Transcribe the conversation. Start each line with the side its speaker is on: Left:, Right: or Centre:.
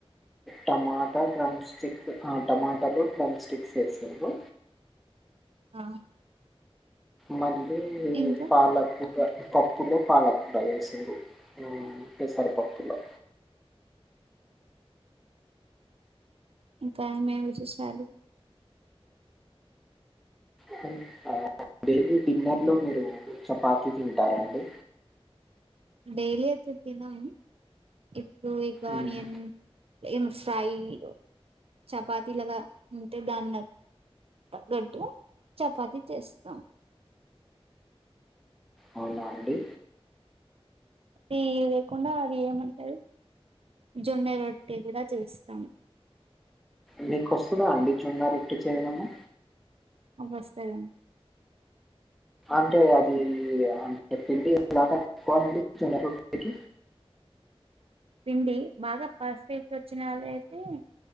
Centre: టమాటా డ్రమ్ స్టిక్ ఆ టమాటలు క్లమ్ స్టిక్స్ ఏస్తరు.
Right: ఆ
Centre: మళ్ళీ
Right: ఇంకా
Centre: పాలకూర పప్పులో పాలకూర వేసిండు పెసరపప్పులో
Right: ఇంక ఏమేమి విశేషాలు
Centre: హ డైలీ డిన్నర్లో మీరు చపాతీ తింటార అండి.
Right: డైలీ ఐతే తినం ఇప్పుడు ఇక
Centre: ఉమ్,
Right: ఆనియన్ ఏం ఫ్రైలు చపాతీ లగా ఉంటే దాన్ని తగ్గట్టు చపాతి చేస్తం.
Centre: అవునా అండి
Right: అది లేకుండా అది ఏమంటరు జొన్నె రొట్టె కూడా చేస్తాం.
Centre: మీకు వస్తదా అండి జొన్న రొట్టె చేయడము
Right: నమస్తే అం
Centre: అంటే అది అ పిండి ఎలాగా చేసుకోవాలండి జొన్న రొట్టె ఇంతకి
Right: పిండి బాగా పర్స్ట్ వచ్చినళ్ళ అయితే